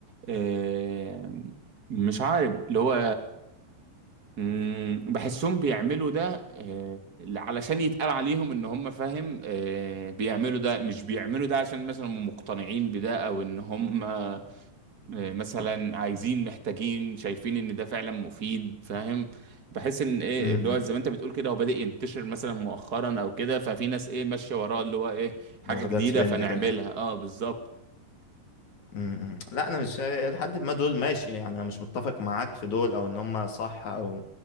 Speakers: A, on the right (about 35°); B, on the left (about 45°).
A: إيه مش عارف اللي هو مم، بحسهم بيعملوا ده آه، علشان يتقال عليهم ان هم فاهم آه، بيعملوا ده مش بيعملوا ده عشان مثلا هم مقتنعين بده او ان هم آه، مثلا عايزين محتاجين شايفين ان ده فعلا مفيد فاهم بحيث ان ايه
B: امم
A: اللي هو زي ما انت بتقول كده هو بادئ ينتشر مثلا مؤخرا او كده ففي ناس ايه ماشيه وراه اللي هو ايه حاجه
B: واخدها
A: جديده
B: ترند
A: فنعملها
B: كده
A: اه بالظبط
B: امم إمم. لا انا مش لحد ما دول ماشي يعني انا مش متفق معاك في دول او ان هم صح او